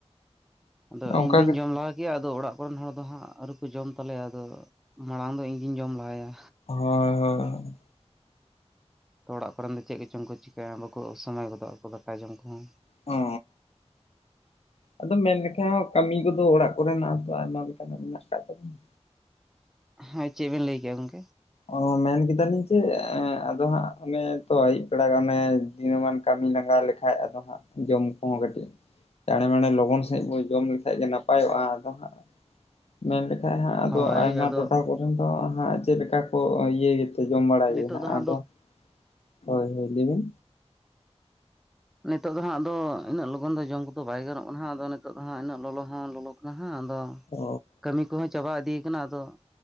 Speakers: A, in the centre; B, on the left (about 65°).
A: ᱟᱫᱚ
B: ᱚᱱᱠᱟ
A: ᱤᱧ ᱫᱧ
B: ᱜᱮ
A: ᱡᱚᱢ ᱞᱟᱦᱟ ᱠᱮᱭᱟ ᱟᱫᱚ ᱚᱲᱟᱜ ᱨᱮᱱ ᱦᱚᱲ ᱫᱚ ᱦᱟᱸᱜ ᱟᱹᱨᱩ ᱠᱚ ᱡᱚᱢ ᱛᱟᱞᱮᱭᱟ ᱟᱫᱚ ᱢᱟᱲᱟᱝ ᱫᱚ ᱤᱧᱜᱤᱧ ᱡᱚᱢ ᱞᱟᱦᱟᱭᱟ᱾
B: ᱦᱚᱭ ᱦᱚᱭ
A: ᱛᱚ ᱚᱲᱟᱜ ᱠᱚᱨᱮ ᱫᱚ ᱪᱮᱫ ᱠᱚᱪᱚᱝ ᱠᱚ ᱪᱤᱠᱟᱹᱭᱟ ᱵᱟᱠᱚ ᱥᱚᱢᱚᱭ ᱜᱚᱫᱚᱜ ᱟᱠᱚ ᱫᱟᱠᱟ ᱡᱚᱢ ᱠᱚᱦᱚᱸ
B: ᱚ ᱟᱫᱚ ᱢᱮᱱ ᱞᱮᱠᱷᱟ ᱦᱚᱸ ᱠᱟᱹᱢᱤ ᱠᱚᱫᱚ ᱚᱲᱟᱜ ᱠᱚᱨᱮᱱᱟᱜᱚ ᱟᱭᱢᱟ ᱞᱮᱠᱟᱱᱟᱜ ᱢᱮᱱᱟᱜ ᱟᱠᱟᱫ ᱛᱟᱵᱚᱱᱟ
A: ᱦᱮᱸ ᱪᱮᱫ ᱵᱮᱱ ᱞᱟᱹᱭᱠᱼᱟ ᱜᱚᱝᱠᱮ?
B: ᱚ ᱢᱮᱱ ᱠᱮᱫᱟᱞᱤᱧ ᱡᱮ ᱟᱫᱚ ᱦᱟᱸᱜ ᱚᱱᱮ ᱛᱚ ᱟᱹᱭᱩᱵ ᱵᱮᱲᱟ ᱚᱱᱮ ᱫᱤᱤᱱᱢᱟᱱ ᱠᱟᱹᱢᱤ ᱞᱟᱝᱜᱟ ᱞᱮᱠᱟᱟᱱ ᱠᱷᱟᱭ ᱟᱫᱚ ᱦᱟᱸᱜ ᱡᱚᱢ ᱠᱚᱦᱚᱸ ᱠᱟᱹᱴᱤᱡ ᱪᱟᱬᱮ ᱢᱬᱮ ᱞᱚᱜᱚᱱ ᱥᱟᱺᱦᱤᱡ ᱵᱚᱱ ᱡᱚᱢ ᱞᱮᱠᱷᱟᱡ ᱜᱮ ᱱᱟᱯᱟᱭᱚᱜᱼᱟ ᱟᱫᱚ ᱦᱟᱸᱜ ᱢᱮᱱᱞᱠᱷᱟᱡ ᱦᱟᱸᱜ ᱟᱫᱚ
A: ᱦᱳᱭ
B: ᱟᱭᱢᱟ
A: ᱟᱫᱚ
B: ᱴᱚᱴᱷᱟ ᱠᱚᱨᱮᱱ ᱫᱚ ᱦᱟᱸᱜ ᱪᱮᱫᱠᱟ ᱠᱚ ᱤᱭᱟᱹᱭ ᱡᱚᱢ ᱵᱟᱲᱟᱭ
A: ᱱᱤᱛᱚᱜ
B: ᱜᱮ ᱱᱟᱦᱜ
A: ᱫᱚ ᱦᱟᱸᱜ
B: ᱟᱫᱚ ᱦᱳᱭ ᱦᱳᱭ ᱞᱟᱹᱭ ᱵᱤᱱ
A: ᱱᱤᱛᱚᱜ ᱫᱚ ᱦᱟᱸᱜ ᱟᱫᱚ ᱩᱱᱟᱹᱜ ᱞᱚᱜᱚᱱ ᱫᱚ ᱡᱚᱢ ᱠᱚᱫᱚ ᱵᱟᱭ ᱜᱟᱱᱚᱜ ᱠᱟᱱᱟ ᱟᱫᱚ ᱱᱤᱛᱚᱜ ᱫᱚ ᱦᱟᱸᱜ ᱤᱱᱟᱹᱜ ᱞᱚᱞᱚ ᱦᱚᱸ ᱞᱚᱞᱚ ᱦᱟᱸ ᱟᱫᱚ
B: ᱚ
A: ᱠᱟᱹᱢᱤ ᱠᱚᱦᱚᱸ ᱪᱟᱵᱟ ᱤᱫᱤᱭ ᱠᱟᱱᱟ ᱟᱫᱚ